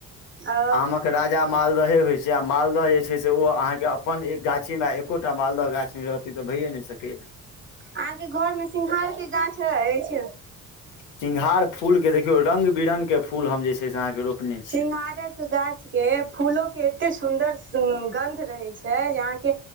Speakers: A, on the right; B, on the left.
A: ओ
B: आमक राजा जे मालदहे होय छै आ मालदह जे छै से ओ अहाँ के अपन एक गाछी मे एकोटा मालदह गाछी मे रहत इ त भैये न सकये
A: अहाँके घर मे सिंघार के गाछ अएछ
B: सिंघार फूल के देखियौ रंग-बिरंग के फूल हम जे छै से अहाँके रोपने
A: सिंंगारक
B: छी
A: गाछ के फूलो के एते सुंदर सुंग गंध रहे छै जे अहा। के